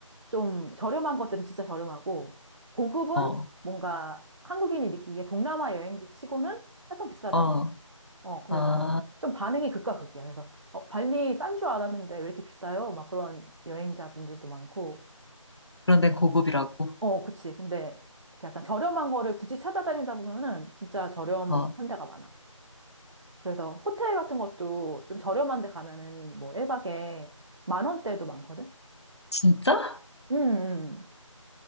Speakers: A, on the right; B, on the left.
A: 좀 저렴한 것들은 진짜 저렴하고, 고급은
B: 어,
A: 뭔가 한국인이 느끼기에 동남아 여행지 치고는 약간 비싸다.
B: 어,
A: 어, 그래서
B: 아,
A: 좀 반응이 극과 극이야. 그래서, 어, 발리 싼 줄 알았는데 왜 이렇게 비싸요? 막 그런 여행자분들도 많고,
B: 그런데 고급이라고.
A: 어, 그치. 근데 이렇게 약간 저렴한 거를 굳이 찾아다니다 보면은 진짜 저렴한
B: 어,
A: 데가 많아. 그래서 호텔 같은 것도 좀 저렴한 데 가면은 뭐 1박에 만 원대도 많거든?
B: 진짜?
A: 음, 음. 음.